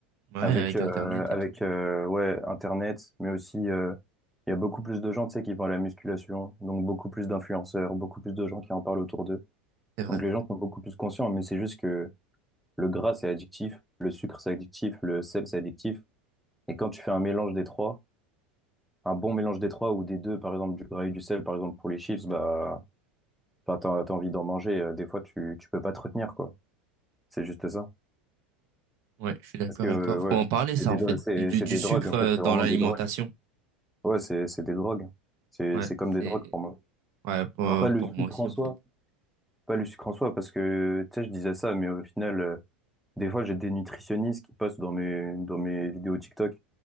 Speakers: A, on the right; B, in the centre.
A: Ouais,
B: Avec,
A: avec
B: euh,
A: Internet
B: avec
A: et tout.
B: euh, ouais, Internet, mais aussi, euh, il y a beaucoup plus de gens, tu sais, qui font à la musculation, donc beaucoup plus d'influenceurs, beaucoup plus de gens qui en parlent autour d'eux.
A: C'est vrai.
B: Donc les gens sont beaucoup plus conscients, mais c'est juste que le gras, c'est addictif, le sucre, c'est addictif, le sel, c'est addictif. Et quand tu fais un mélange des trois, un bon mélange des trois ou des deux, par exemple du gras et du sel, par exemple pour les chips, bah, enfin, t'as, t'as envie d'en manger. euh, Des fois, tu, tu peux pas te retenir, quoi. C'est juste ça.
A: Ouais, je suis d'accord
B: Parce que, euh,
A: avec toi. Faut
B: ouais,
A: en parler,
B: c'est
A: ça,
B: des,
A: en
B: dro-
A: fait.
B: c'est,
A: Du,
B: c'est
A: du
B: des
A: sucre
B: drogues, en fait,
A: euh,
B: c'est
A: dans
B: vraiment
A: l'alimentation.
B: des drogues. Ouais, c'est, c'est des drogues. C'est,
A: Ouais,
B: c'est comme
A: c'est...
B: des drogues pour moi.
A: Ouais, pour,
B: Enfin, pas le
A: pour
B: sucre
A: moi aussi,
B: en
A: en
B: soi,
A: fait.
B: pas le sucre en soi, parce que, tu sais, je disais ça, mais au final, euh, Des fois, j'ai des nutritionnistes qui passent dans mes, dans mes vidéos TikTok